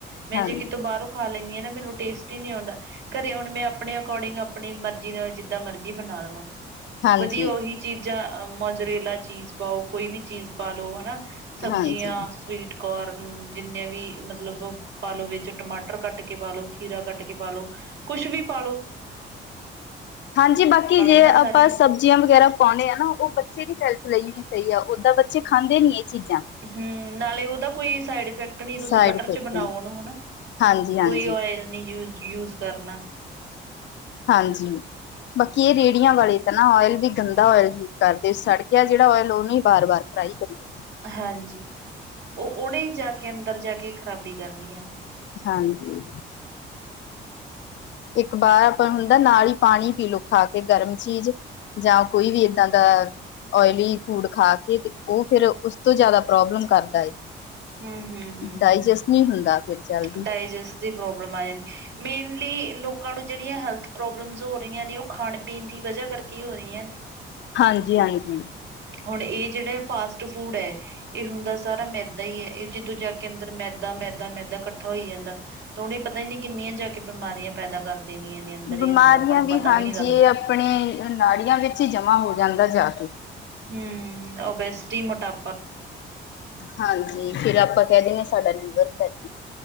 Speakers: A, on the right; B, on the left.
A: ਮੈਂ
B: ਹਾਂਜੀ
A: ਜੇ ਕਿਤੋਂ ਬਾਹਰੋਂ, ਖਾ ਲੈਂਦੀ ਹਾਂ ਨਾ, ਮੈਨੂੰ ਟੇਸਟ ਹੀ ਨੀ ਆਉਂਦਾ। ਘਰੇ ਹੁਣ ਮੈਂ ਆਪਣੇ ਅਕੋਰਡਿੰਗ ਆਪਣੀ ਮਰਜ਼ੀ ਨਾਲ ਜਿੱਦਾਂ ਮਰਜ਼ੀ ਬਣਾ ਲਵਾਂ।
B: ਹਾਂਜੀ
A: ਵਧੀਆ ਉਹੀ ਚੀਜ਼ਾਂ ਮਜਰੇਲਾ ਚੀਜ਼ ਪਾਓ ਕੋਈ ਵੀ ਚੀਜ਼ ਪਾ ਲਓ ਹੈ ਨਾ! ਸਬਜ਼ੀਆਂ,
B: ਹਾਂਜੀ
A: ਸਵੀਟ ਕੋਰਨ, ਜਿੰਨੀਆਂ ਵੀ ਮਤਲਬ! ਪਾ ਲੋ ਵਿੱਚ, ਟਮਾਟਰ ਕੱਟ ਕੇ ਪਾ ਲੋ ਖੀਰਾ ਕੱਟ ਕੇ ਪਾ ਲੋ ਕੁਛ ਵੀ ਪਾ ਲੋ,
B: ਹਾਂਜੀ! ਬਾਕੀ ਜੇ
A: ਹਨਾ
B: ਆਪਾਂ
A: ਸਾਰੀਆਂ
B: ਸਭ ਸਬਜ਼ੀਆਂ ਵਗੈਰਾ ਪਾਉਂਣੇ ਹੈ ਨਾ, ਉਹ ਬੱਚੇ ਦੀ ਹੈਲਥ ਲਈ ਵੀ ਸਹੀ ਆ, ਓਦਾਂ ਬੱਚੇ ਖਾਂਦੇ ਨੀ ਇਹ ਚੀਜ਼ਾਂ
A: ਹੁੰ ਨਾਲੇ ਉਹ ਦਾ ਕੋਈ ਸਾਈਡ ਇਫੈਕਟ ਨਹੀਂ, ਤੁਸੀਂ
B: ਸਾਈਡ
A: ਬਟਰ
B: ਇਫੈਕਟ
A: ਚ ਬਣਾਓ
B: ਨੇ
A: ਉਹਨੂੰ ਹੈ ਨਾ!
B: ਹਾਂਜੀ ਹਾਂਜੀ।
A: ਫਿਰ ਆਇਲ ਯੂਜ ਕਰਨਾ।
B: ਹਾਂਜੀ। ਬਾਕੀ ਇਹ ਰੇਹੜੀਆਂ ਵਾਲੇ ਤਾਂ ਨਾ ਓਇਲ ਵੀ ਗੰਦਾ ਇਲ ਯੂਜ ਕਰਦੇ ਸੜ ਕ ਗਿਆ ਜਿਹੜਾ ਓਇਲ ਉਹਨੂੰ ਹੀ ਬਾਰ ਵਾਰ ਫਰਾਈ ਕਰੀਏ
A: ਹਾਂਜੀ ਉਹ ਉਹਨੇ ਜਾ ਕੇ ਅੰਦਰ ਜਾ ਕੇ ਖ਼ਰਾਬੀ ਕਰਨੀ ਹੈ ਨਾ
B: ਹਾਂਜੀ ਇੱਕ ਵਾਰ ਆਪਾਂ ਹੁੰਦਾ ਨਾਲ ਹੀ ਪਾਣੀ ਪੀਲਓ ਖਾ ਕੇ ਗਰਮ ਚੀਜ਼ ਜਾਂ ਕੋਈ ਵੀ ਇਦਾਂ ਦਾ ਓਇਲੀ ਫੂਡ ਖਾ ਕੇ ਉਹ ਫਿਰ ਉਸ ਤੋਂ ਜ਼ਿਆਦਾ ਪ੍ਰੋਬਲਮ ਕਰਦਾ ਹੈ
A: ਹੂੰ ਹੂੰ ਹੂੰ
B: ਡਾਇਜਸਟ
A: ਹੂੰ
B: ਨਹੀਂ ਹੁੰਦਾ ਫਿਰ ਜਲਦੀ
A: ਡਾਇਜੈਸਟ ਦੀ ਪ੍ਰੋਬਲਮ ਆ ਜਾਂਦੀ ਮੇਨਲੀ ਲੋਕਾਂ ਨੂੰ ਜਿਹੜੀਆਂ ਹੈਲਥ ਪ੍ਰੋਬਲਮਸ ਹੋ ਰਹੀਆਂ ਨੇ ਉਹ ਖਾਣ ਪੀਣ ਦੀ ਵਜ੍ਹਾ ਕਰਕੇ ਹੋ ਰਹੀਆਂ ਨੇ
B: ਹਾਂਜੀ ਹਾਂਜੀ
A: ਹੁਣ ਇਹ ਜਿਹੜਾ ਫਾਸਟ ਫੂਡ ਹੈ ਇਹ ਹੁੰਦਾ ਸਾਰਾ ਮੈਦਾ ਹੀ ਹੈ ਇਹ ਜਦੋਂ ਜਾ ਕੇ ਅੰਦਰ ਮੈਦਾ ਮੈਦਾ ਮੈਦਾ ਇਕੱਠਾ ਹੋਈ ਜਾਂਦਾ ਤਾਂ ਉਹਨੇ ਪਤਾ ਹੀ ਨਹੀਂੀ ਕਿੰਨੀਆਂ ਜਾ ਕੇ ਬਿਮਾਰੀਆਂ ਪੈਦਾ ਕਰ ਦੇਣੀਆਂ ਨੇ ਅੰਦਰ
B: ਬਿਮਾਰੀਆਂ
A: ਹੀ ਅੰਦਰ ਆਪਾਂ ਨੂੰ ਪਤਾ
B: ਹਾਂਜੀ
A: ਵੀ ਨਹੀਂ ਲੱਗਦਾ
B: ਇਹ ਆਪਣੇ ਨਾੜੀਆਂ ਵਿੱਚ ਹੀ ਜਮਾਂ ਹੋ ਜਾਂਦਾ ਜਾ ਕੇ
A: ਹਮ ਉਹ ਬੈਸਟੀ ਮੋਟਾ
B: ਹਾਂਜੀ ਫਿਰ ਆਪਾਂ ਕਹਿ ਦਿੰਦੇ ਹਾਂ ਸਾਡਾ ਲੀਵਰ ਫੈਟੀ